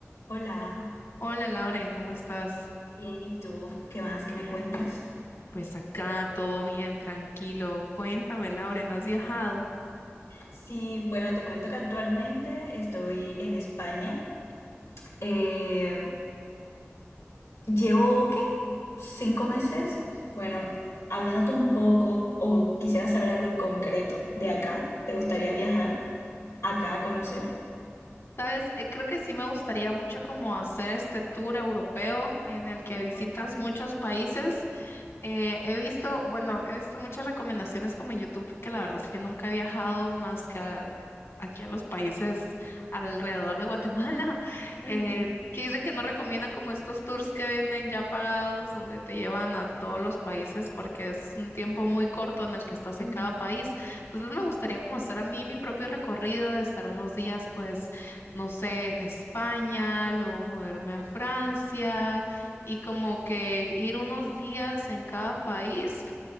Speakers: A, on the left; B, on the left.
A: Hola,
B: Hola Lauren, ¿cómo estás?
A: bien, ¿y tú? ¿Qué más que me cuentas?
B: Pues acá todo bien, tranquilo. Cuéntame, Lauren, ¿has viajado?
A: Sí, bueno, te cuento que actualmente estoy en España. Eh, llevo, ¿qué? ¿Cinco meses? Bueno, hablándote un poco o quisiera saber algo en concreto de acá. ¿Te gustaría viajar acá a conocer?
B: Sabes, Eh, creo que sí me gustaría mucho como hacer este tour europeo en el que visitas
A: Ok,
B: muchos países Eh, he visto, bueno, he visto muchas recomendaciones como en YouTube, porque la verdad es que nunca he viajado más que a- aquí a los países alrededor de Guatemala, <laughs> eh,
A: ok,
B: que dicen que no recomiendan como estos tours que venden ya pagados, donde te llevan a todos los países, porque es un tiempo muy corto en el que estás
A: mm,
B: en cada país. Entonces me gustaría como hacer a mí mi propio recorrido, de estar unos días, pues, no sé, en España, luego moverme a Francia y como que ir unos días en cada país